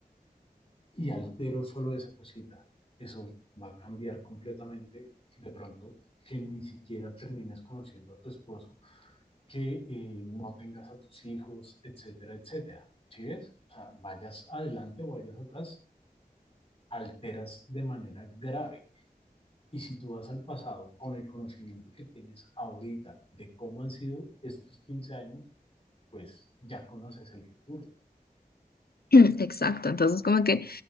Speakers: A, on the left; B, on the left.
A: Y altero solo esa cosita. Eso va a cambiar completamente de pronto que ni siquiera termines conociendo a tu esposo, que eh, no tengas a tus hijos, etcétera, etcétera. ¿Sí ves? O sea, vayas adelante o vayas atrás, alteras de manera grave. Y si tú vas al pasado con el conocimiento que tienes ahorita de cómo han sido estos 15 años, pues ya conoces el futuro.
B: <clears throat> Exacto, entonces como que